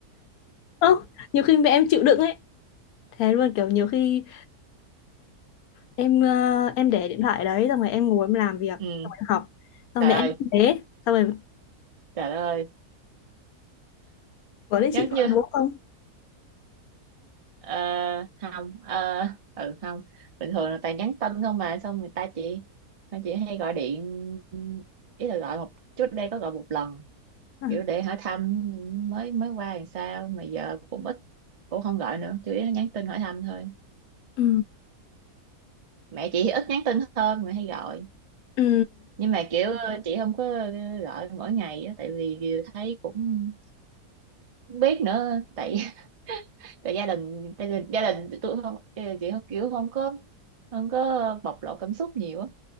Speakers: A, on the left; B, on the right.
A: Ơ, nhiều khi mẹ em chịu đựng ấy. Thế luôn kiểu nhiều khi em ờ, em để điện thoại đấy xong rồi em ngồi em làm việc, xong
B: Ừ
A: rồi em học. Xong
B: trời
A: rồi mẹ em
B: ơi
A: cũng thế, xong rồi
B: trời ơi
A: có đấy
B: giống
A: chị gọi
B: như
A: bố không?
B: Ờ, không ờ, ừ không bình thường là toàn nhắn tin không mà xong người ta chỉ người chị hay gọi điện ý là gọi một trước đây có gọi một lần
A: À,
B: kiểu để hỏi thăm mới mới qua làm sao mà giờ cũng ít cũng không gọi nữa chủ yếu là nhắn tin hỏi thăm thôi
A: ừ.
B: mẹ chị thì ít nhắn tin hơn mà hay gọi
A: Ừ.
B: nhưng mà kiểu ờ, chị không có ờ, gọi mỗi ngày á tại vì thấy cũng không biết nữa tại <laughs> tại gia đình gia đình gia đình tôi không gia đình chị không kiểu không có không có bộc lộ cảm xúc nhiều á